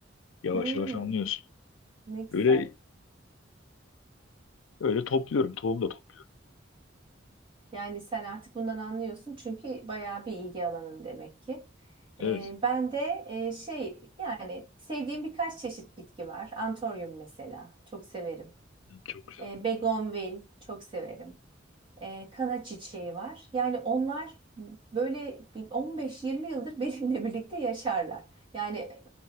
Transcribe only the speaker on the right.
Hmm.
Ne güzel.
Yani sen artık bundan anlıyorsun çünkü bayağı bir ilgi alanın demek ki.
Ee, ben de e, şey yani sevdiğim birkaç çeşit bitki var. Antoryum mesela çok severim.
Ee, begonvil çok severim. Ee, kana çiçeği var. Yani onlar böyle bir 15-20 yıldır benimle <laughs> birlikte yaşarlar. Yani e,